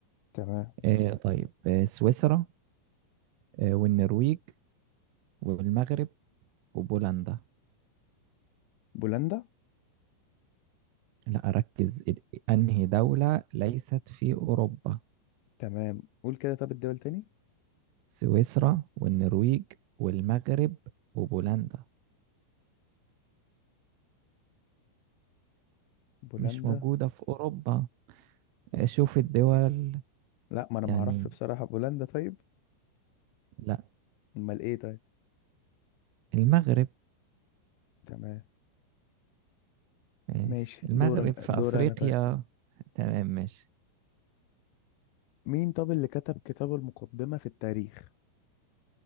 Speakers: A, on the left; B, on the right.
A: تمام
B: آه، طيب آه، سويسرا آه، والنرويج والمغرب وبولندا
A: بولندا
B: لا أركز ال- أنهي دولة ليست في أوروبا
A: تمام قول كده طب الدول تاني
B: سويسرا والنرويج والمغرب وبولندا
A: بولندا
B: مش موجودة في أوروبا آه، شوف الدول
A: لا ما انا
B: يعني
A: ما اعرفش بصراحة بولندا طيب
B: لا
A: امال ايه طيب
B: المغرب
A: تمام
B: ماشي
A: ماشي
B: المغرب
A: دور
B: في
A: دور
B: أفريقيا
A: انا طيب
B: تمام ماشي
A: مين طب اللي كتب كتاب المقدمة في التاريخ